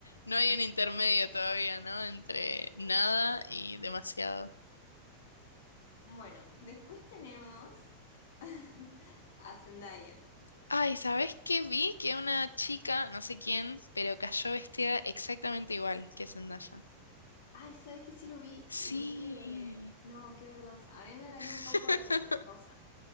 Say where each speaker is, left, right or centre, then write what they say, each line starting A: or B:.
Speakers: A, on the left; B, on the left.
A: no hay un intermedio todavía, ¿no? Entre nada y demasiado.
B: Bueno, después tenemos <laughs> a Zendaya.
A: Ay, ¿sabés qué vi? Que una chica, no sé quién, pero cayó vestida exactamente igual que Zendaya.
B: Ay, ¿sabes que Sí lo vi, vi
A: Sí.
B: que... No, qué vergüenza. A mí me daría
A: <laughs>
B: un poco de, de cosa.